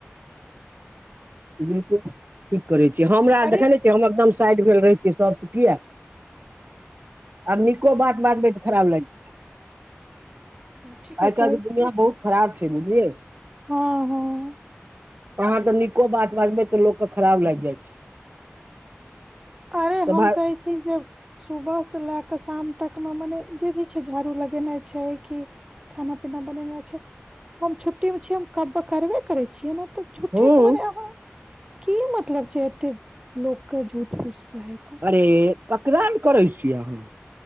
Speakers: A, on the right (about 45°); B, on the right (about 20°).
A: बिलकुल कठीक करैत छी हमरा
B: अरे
A: देखैने छियै हम एकदम साइड भेल रहै छियै सभसँ किए। आब निको बात बाजबै तऽ खराब लागि जेतै।
B: ठीके
A: आइ
B: कहै
A: काल्हि के
B: छी
A: दुनियाँ बहुत खराब छै बुझलियै।
B: हँ हँ।
A: अहाँ तऽ नीको बात बाजबै तऽ लोकके खराब लागि जाइ छै।
B: अरे
A: तऽ
B: हम
A: भाय
B: कहै छी जे सुबह से लए कऽ शाम तक मे मने जे भी छै झाड़ू लगेनाइ छै कि खाना पीना बनेनाइ छै हम छुट्टी मे छियै हम कब करबे करै छियै ने तऽ झूठे
A: हूँ
B: समय आहाँ की मतलब छै एते लोक के झूठ फूस कहै के
A: अरे ककरामे करै छियै अहाँ।